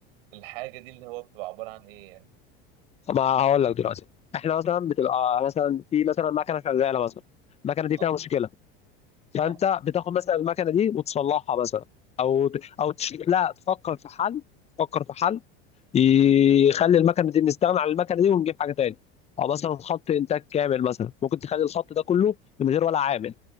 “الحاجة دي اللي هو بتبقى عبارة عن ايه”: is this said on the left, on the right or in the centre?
Right